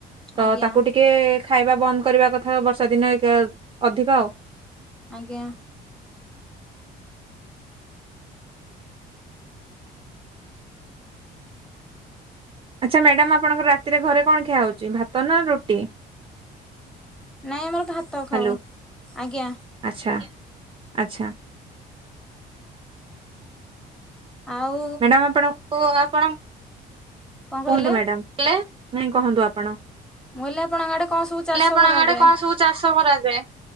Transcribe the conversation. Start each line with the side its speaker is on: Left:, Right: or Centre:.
Right: ତ
Centre: ଆଜ୍ଞା
Right: ତାକୁ ଟିକେ ଖାଇବା ବନ୍ଦ କରିବା କଥା ବର୍ଷା ଦିନ ଅଧିକ ଆଉ
Centre: ଆଜ୍ଞା।
Right: ଆଚ୍ଛା ମ୍ୟାଡାମ ଆପଣଙ୍କର ରାତିରେ ଘରେ କଣ ଖିଆହଉଛି ଭାତ ନା ରୁଟି?
Centre: ନାଇଁ ଆମର ତ ଭାତ ଖାଉ
Right: ହାଲୋ
Centre: ଆଜ୍ଞା।
Right: ଆଚ୍ଛା ଆଚ୍ଛା।
Centre: ଆଉ
Right: ମ୍ୟାଡ଼ାମ ଆପଣ ଆପଣ
Centre: କଣ କହିଲେ
Right: କୁହନ୍ତୁ ମ୍ୟାଡାମ ନାଇଁ କୁହନ୍ତୁ ଆପଣ?
Centre: ମୁହିଲ ଆପଣ ଆଡେ କଣ ସବୁ ଚାଷ
Right: ହେଲେ ଆପଣଙ୍କ
Centre: କରାଯାଏ?
Right: ଆଡେ କଣ ସବୁ ଚାଷ କରାଯାଏ?